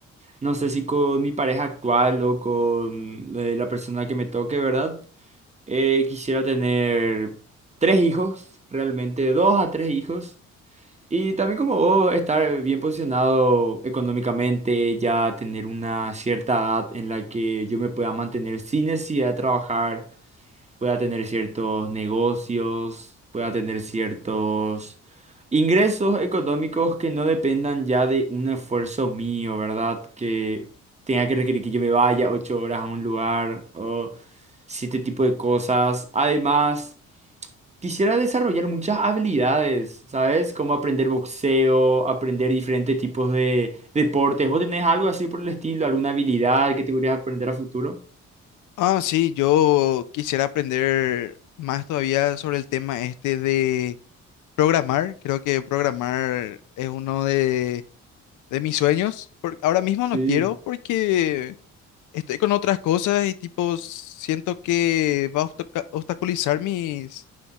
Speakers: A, on the right (about 20°); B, on the left (about 80°).
A: No sé si con mi pareja actual o con eh, la persona que me toque, ¿verdad? Eh, quisiera tener tres hijos, realmente dos a tres hijos. Y también como vos, estar bien posicionado económicamente, ya tener una cierta edad en la que yo me pueda mantener sin necesidad de trabajar, pueda tener ciertos negocios, pueda tener ciertos ingresos económicos que no dependan ya de un esfuerzo mío, ¿verdad? Que tenga que requerir que yo me vaya ocho horas a un lugar o siete tipo de cosas. Además... Quisiera desarrollar muchas habilidades, ¿sabes? Como aprender boxeo, aprender diferentes tipos de deportes. ¿Vos tenés algo así por el estilo? ¿Alguna habilidad que te gustaría aprender a futuro?
B: ah, sí, yo quisiera aprender más todavía sobre el tema este de programar. Creo que programar es uno de, de mis sueños. por- ahora mismo no
A: Sí,
B: quiero porque estoy con otras cosas y tipo, siento que va a obstaca- obstaculizar mis,